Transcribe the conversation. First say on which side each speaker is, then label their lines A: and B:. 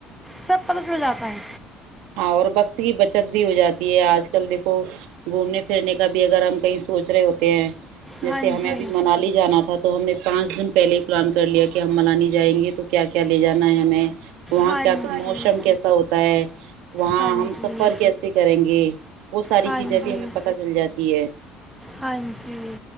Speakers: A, in the centre; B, on the right.
A: سب پتہ چل جاتا ہے
B: ہاں اور وقت کی بچت بھی ہو جاتی ہے آج کل دیکھو گھومنے پھرنے کا بھی اگر ہم کہیں سوچ رہے ہوتے ہیں جیسے
A: ہاں
B: ہمیں
A: جی
B: ابھی منالی جانا تھا تو ہم نے پانچ دن پہلے ہی پلان کر لیا کہ ہم منالی جائیں گے تو کیا کیا لے جانا ہے ہمیں وہاں
A: ہاں
B: کا
A: جی
B: موسم کیسا ہوتا ہے وہاں
A: ہاں
B: ہم
A: جی
B: سفر کیسے کریں گے ساری
A: ہاں
B: چیزیں بھی
A: جی
B: ہمیں پتہ چل جاتی ہے
A: ہاں جی